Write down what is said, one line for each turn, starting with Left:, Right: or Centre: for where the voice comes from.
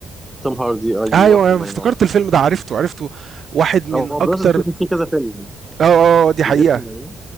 Centre: توم هاردي ايوه
Right: ايوه
Centre: الله
Right: انا افتكرت
Centre: ينور عليك
Right: الفيلم ده عرفته عرفته واحد من
Centre: هو بروسس
Right: اكتر
Centre: فيه فيه كذا فيلم
Right: اه اه آه، دي
Centre: الاسم
Right: حقيقة
Centre: ده-